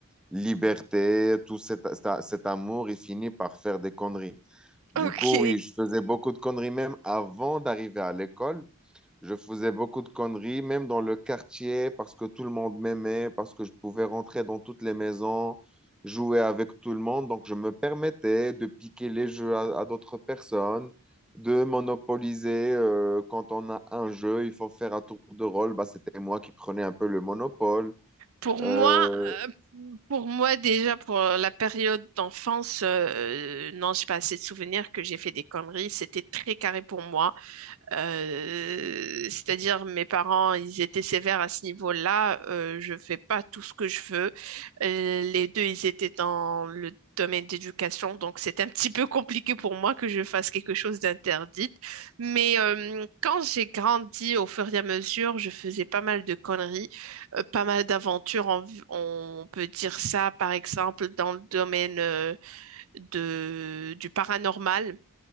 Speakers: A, in the centre; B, on the right.
A: liberté, tout cet, cet- cet amour, il finit par faire des conneries. Du
B: Ok.
A: coup, oui, je faisais beaucoup de conneries même avant d'arriver à l'école. Je faisais beaucoup de conneries, même dans le quartier, parce que tout le monde m'aimait, parce que je pouvais rentrer dans toutes les maisons, jouer avec tout le monde. Donc, je me permettais de piquer les jeux à, à d'autres personnes, de monopoliser. euh, quand on a un jeu, il faut faire un tour de rôle. Bah, c'était moi qui prenais un peu le monopole.
B: Pour
A: Euh,
B: moi, euh, pour moi déjà pour la période d'enfance, euh, non, j'ai pas assez de souvenirs que j'ai fait des conneries. C'était très carré pour moi. Euh, c'est-à-dire mes parents, ils étaient sévères à ce niveau-là. Euh, je fais pas tout ce que je veux. Euh, les deux, ils étaient dans le domaine d'éducation, donc c'est un petit peu compliqué pour moi que je fasse quelque chose d'interdit. Mais euh, quand j'ai grandi, au fur et à mesure, je faisais pas mal de conneries, euh, pas mal d'aventures, en- on peut dire ça, par exemple, dans le domaine euh, de, du paranormal.